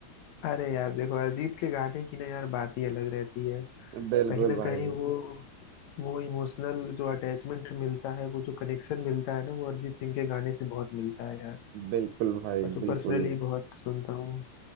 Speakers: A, on the left; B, on the right.
A: अरे यार देखो अरिजीत के गाने की ना यार बात ही अलग रहती है
B: बिल्कुल
A: कहीं ना
B: भाई
A: कहीं वो वो इमोशनल जो अटैचमेंट मिलता है वो जो कनेक्शन मिलता है ना वो अरिजीत सिंह के गाने से बहुत मिलता है यार
B: बिल्कुल भाई
A: मैं तो
B: बिल्कुल
A: पर्सनली बहुत सुनता हूँ